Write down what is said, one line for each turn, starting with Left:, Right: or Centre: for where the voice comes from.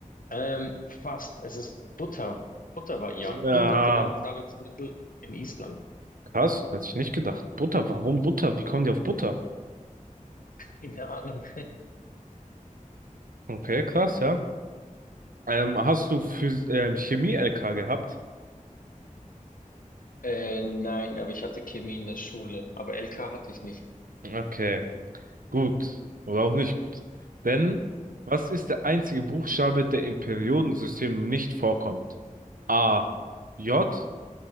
Left: Ähm, fast, es ist Butter. Butter war jahrhundertelang
Right: Ja.
Left: Zahlungsmittel in Island.
Right: Krass, hätte ich nicht gedacht. Butter, warum Butter? Wie kommen die auf Butter?
Left: Keine Ahnung.
Right: Okay, krass, ja. Ähm, hast du Phys ähm, Chemie-LK gehabt?
Left: Äh, nein, aber ich hatte Chemie in der Schule, aber LK hatte ich nicht.
Right: Okay, gut. Oder auch nicht gut. Denn was ist der einzige Buchstabe, der im Periodensystem nicht vorkommt? A, J,